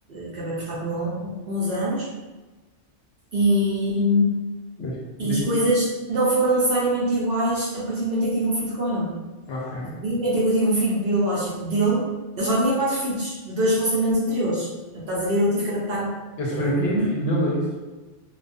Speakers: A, on the right; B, on the left.
A: acabei por estar com ele um, uns anos e,
B: mas
A: e
B: digo-
A: as coisas não foram necessariamente iguais a partir do momento em que tive um filho com ele.
B: ok.
A: E no momento em que eu tive um filho biológico dele, ele já tinha quatro filhos de dois relacionamentos anteriores. Portanto, estás a ver, eu tive que adaptar.
B: Esse
A: eh,
B: foi o
A: um
B: quinto
A: bocadinho.
B: filho dele, é isso?